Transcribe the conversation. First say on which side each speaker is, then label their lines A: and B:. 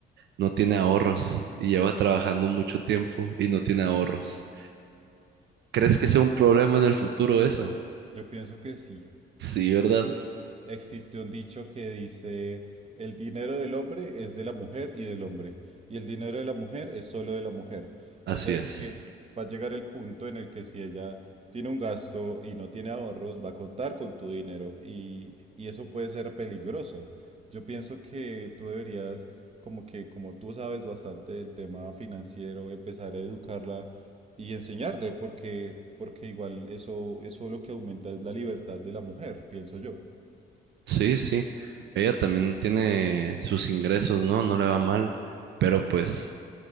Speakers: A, on the right; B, on the right.
A: no tiene ahorros y lleva trabajando mucho tiempo y no tiene ahorros. ¿Crees que sea un problema en el futuro eso?
B: Yo pienso que sí,
A: Sí, ¿verdad?
B: Existe un dicho que dice, el dinero del hombre es de la mujer y del hombre, y el dinero de la mujer es solo de la mujer.
A: Así
B: O sea
A: es.
B: que va a llegar el punto en el que si ella tiene un gasto y no tiene ahorros, va a contar con tu dinero y, y eso puede ser peligroso. Yo pienso que tú deberías, como que como tú sabes bastante del tema financiero, empezar a educarla y enseñarle, porque, porque igual eso, eso lo que aumenta es la libertad de la mujer, pienso yo.
A: Sí, sí. Ella también tiene sus ingresos, ¿no? No le va mal, pero pues